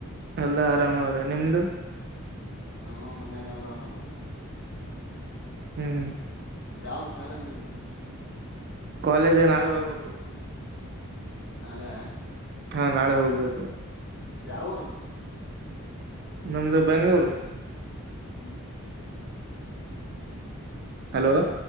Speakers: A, on the right; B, on the left.
A: ಎಲ್ಲಾ ಆರಾಮ ಅವ್ರೆ ನಿಮ್ದು
B: ನಾ ಮನ್ಯಾಗಲ್ಲ ಆರಾಮ
A: ಹ್ಮ್ ಹ್ಮ್
B: ಯಾವ್ದ ಕಾಲೇಜ್ನಿಂದ
A: ಕಾಲೇಜೆ ನಾಳೆ ಹೋಗ್ಬೇಕು
B: ಅಲ್ಲ
A: ಹಾ ನಾಳೆ ಹೋಗ್ಬೇಕೋದು
B: ಯಾವರು
A: ನಮ್ದು ಬೆಂಗಳೂರು
B: ಹ್ಮ್
A: ಹಲೋ